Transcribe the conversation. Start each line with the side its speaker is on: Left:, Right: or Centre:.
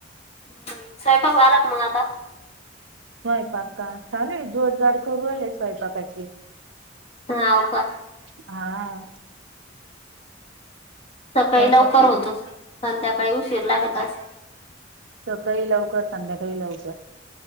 Left: बाई सयपाक झाला का मग आता
Right: स्वयपाका चालूय जोड जाड करू आले स्वयंपाकाची
Left: हाव का
Right: हा
Left: सकाळी
Right: स्वयंपाक
Left: लवकर होतो संध्याकाळी उशीर लागत असल
Right: सकाळी लवकर संध्याकाळीही लवकर